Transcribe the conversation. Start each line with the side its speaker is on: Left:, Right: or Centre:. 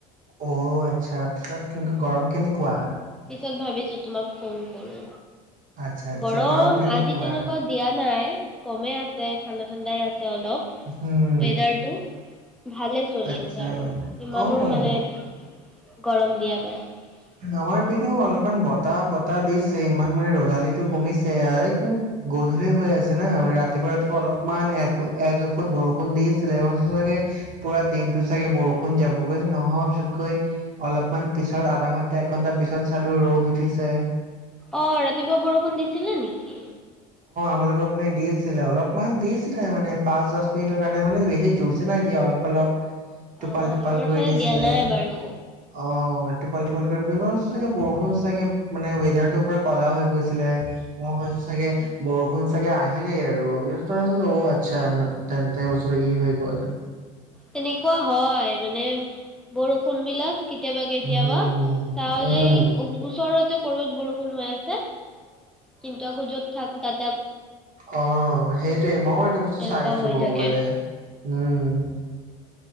Right: অ আচ্ছা পিছ কেনেকা
Centre: উম
Right: গৰম কেনেকুৱা।
Centre: পিছত ভাবিছো তোমাক ফোন কৰো
Right: আচ্ছা আচ্ছা
Centre: গৰম
Right: কেনেকুৱা
Centre: আজি তেনেকুৱা দিয়া নাই কমে আছে ঠাণ্ডা ঠাণ্ডাই আছে অলপ
Right: উম
Centre: ৱেডাৰ ভালে চলি
Right: আচ্ছা
Centre: আৰু ইমানো
Right: অ
Centre: মানে গৰম দিয়ানাই
Right: আমাৰ পিনেও অলপমান বতাহ বতাহ দিছে ইমান মানে ৰদালি টো কমিছে আৰু গধূলি হৈ আছে না ৰাতিপুৱা ৰাতিপুৱা অলপ বহুত বৰষুণ দিছিলোৰ চাগে পুৰা দিনটো চাগে বৰষুণ যাব নহয় পিছত গৈ অলপমান পিছত আধা ঘন্টা এক ঘন্টা পিছত চালো ৰ'দ উঠিছে
Centre: অ ৰাতিপুৱা বৰষুণ দিছিলে নেকি?
Right: তোমোকক দিছিলে অলপমান দিছিলে মান দিছিলে পাছ দহ মিনিটত সেইটো কাৰণে মানে বেছি জুৰিছে নাই অলপ অলপ টোপাল
Centre: অ
Right: টোপাল
Centre: আমাৰ
Right: কৈ
Centre: ফালে
Right: দিছিললে
Centre: দিয়া নাই বাৰু
Right: অ টোপাল টোপাল কৈ বচ চাগে বৰষুণ
Centre: উম
Right: চাগে মানে ৱেডাৰ পুৰা ক'লা হৈ গৈছিলে মই হৈছ চাগে বৰষুণ চাগে আহিলেই আৰু অ আচ্ছা তেন তে বছৰে ই হৈ গ'ল
Centre: তেনেকুৱা হয় মানে বৰষুণ বিলাক কেতিয়াবা কেতিয়াবা
Right: উম
Centre: চাওঁ যে
Right: উম
Centre: ওচৰতে কৰবাত বৰষুণ হৈ আছে কিন্তু আকৌ য'ত থাকো তাত
Right: আহ সেইটোৱে মই এইটো বস্তু
Centre: এনেকুৱা
Right: চাইছো
Centre: হৈ
Right: ক'ব
Centre: থাকে
Right: গলে উম